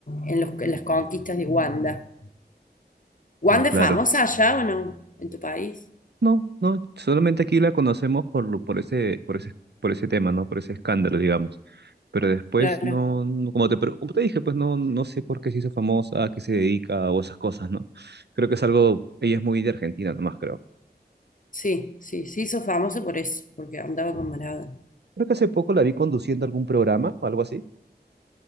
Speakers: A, on the left; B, on the right.
A: en los- en las conquistas de Wanda. ¿Wanda
B: Claro.
A: es famosa allá o no? ¿En tu país?
B: No, no, solamente aquí la conocemos por, lo- por ese, por ese, por ese tema, ¿no? Por ese escándalo, digamos. Pero después
A: Claro.
B: no, no- como te, pre- como te dije, pues no, no sé por qué se hizo famosa, a qué se dedica o esas cosas, ¿no? Creo que es algo, ella es muy de Argentina nomás, creo.
A: Sí, sí, sí, hizo famoso por eso, porque andaba con Maradona.
B: Creo que hace poco la vi conduciendo algún programa o algo así.